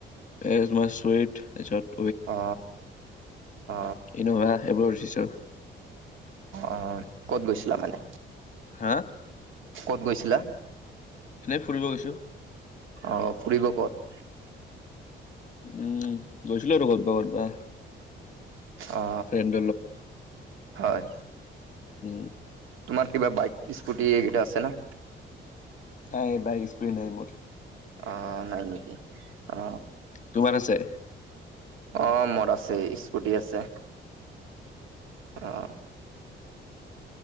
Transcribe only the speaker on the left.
এই তোমাৰ তাৰিছত <unintelligible>
ইন'ভা এইবোৰ ৰচিছো।
হা।
এনেই ফুৰিব গৈছোঁ।
উম গৈছিলো আৰু কতবা কতবা।
ফ্ৰেণ্ডৰ লগত
<inaudible>
নাই বাই স্কুটি নাই মোৰ।
তোমাৰ আছে?